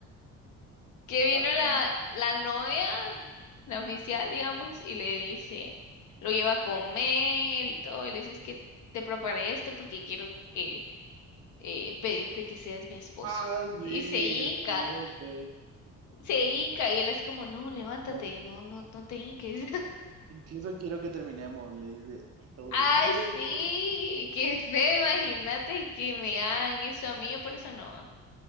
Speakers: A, on the left (about 75°); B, on the right (about 55°).
A: Que vino
B: Ajá.
A: la, la novia, la oficial, digamos, y le dice, lo lleva a comer y todo, y le dice, es que te preparé esto porque quiero eh, eh, pedirte que seas mi esposo.
B: Ah,
A: <laughs>
B: sí,
A: Y se hinca,
B: es cierto.
A: se hinca, y él así como, no, levántate,
B: No.
A: no, no, no te hinques.
B: Incluso quiero que terminemos, le dice. Y todos
A: Ay,
B: de, no,
A: sí, qué feo, imagínate que me hagan eso a mí, yo por eso no,